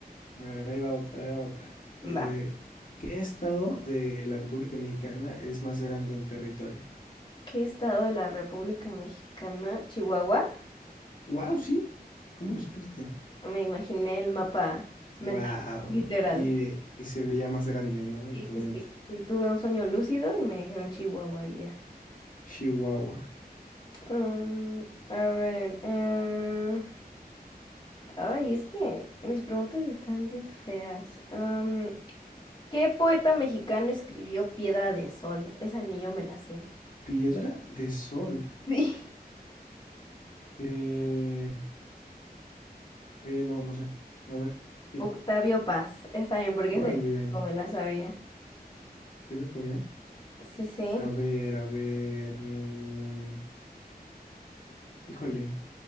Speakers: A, on the left; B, on the left.
A: a ver, ahí va otra, ahí va otra.
B: Va.
A: Eh, ¿qué estado de la República Mexicana es más grande en territorio?
B: ¿Qué estado de la República Mexicana? ¿Chihuahua?
A: Wow, sí, ¿cómo lo supiste?
B: Me imaginé el mapa mental,
A: Wow.
B: literal.
A: Y, y se veía más grande, ¿no? En
B: Sí,
A: tu mente.
B: sí, sí. Y tuve un sueño lúcido y me dijeron Chihuahua y ya.
A: Chihuahua.
B: Mm, a ver. eh, Ay, es que mis preguntas están bien feas. Am, ¿qué poeta mexicano escribió Piedra de Sol? Esa ni yo me la sé. <laughs>
A: Piedra de sol.
B: Sí.
A: Eh, eh, no, no sé. A ver. ¿quién?
B: Octavio Paz. Está bien, porque
A: Órale.
B: ese tampoco me la sabía.
A: Qué loco, ¿eh?
B: Sí, sí.
A: A ver, a ver. mm, híjole.